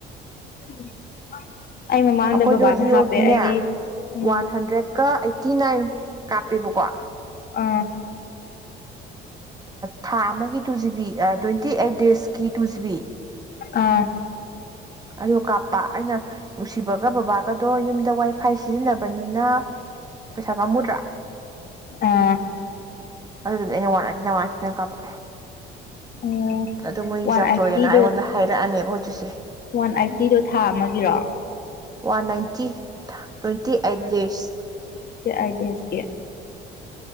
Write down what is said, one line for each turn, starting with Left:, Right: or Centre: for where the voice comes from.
Left: <inaudible> ꯃꯃꯥꯡꯗ
Right: ꯑꯩꯈꯣꯏꯗꯣ
Left: ꯕꯕꯥꯅ
Right: ꯖꯤꯑꯣꯒꯤꯅꯦ
Left: ꯍꯥꯞꯄꯦ ꯑꯩꯒꯤ ꯎꯝ
Right: ꯋꯥꯟ ꯍꯟꯗ꯭ꯔꯦꯠꯀ ꯑꯩꯠꯇꯤ ꯅꯥꯏꯟ ꯀꯥꯞꯄꯦꯕꯀꯣ
Left: ꯑꯥ
Right: ꯊꯥ ꯑꯃꯒꯤ two GB twenty eight days ꯀꯤ ꯇꯨꯁꯕꯤ
Left: ꯑꯥ
Right: ꯑꯗꯨꯗꯣ ꯀꯥꯞ ꯑꯩꯅ ꯅꯨꯡꯁꯤꯕꯒ ꯕꯕꯥ ꯑꯗꯣ ꯌꯨꯝꯗ ꯋꯥꯏ ꯐꯥꯏ ꯁꯤꯖꯤꯟꯅꯕꯅꯤꯅ ꯄꯩꯁꯥ ꯄꯥꯝꯃꯨꯗ꯭ꯔꯥ
Left: ꯑꯥ
Right: ꯑꯗꯨꯗꯨꯗꯤ ꯑꯩꯅ ꯋꯥꯔ ꯊꯅ ꯋꯥꯔ ꯊꯤꯅ ꯀꯥꯞꯄ
Left: ꯎꯝ
Right: ꯑꯗꯨꯗꯣ ꯃꯣꯏꯒꯤꯆꯥꯥꯔꯖ
Left: ꯋꯥꯟ ꯑꯥꯏꯠꯇꯤꯗꯣ
Right: ꯂꯣꯏꯔꯦꯅ ꯑꯩꯉꯣꯟꯗ ꯍꯥꯏꯔꯛꯑꯅꯦꯕ ꯍꯧꯖꯤꯛ ꯗꯨꯁꯦ
Left: ꯋꯥꯟ ꯑꯥꯏꯠꯇꯤꯗꯣ ꯊꯥ ꯑꯃꯒꯤꯔꯣ
Right: one ninety twenty eight days
Left: ꯑꯥꯏꯗ ꯗ‌ꯦꯁꯀꯤ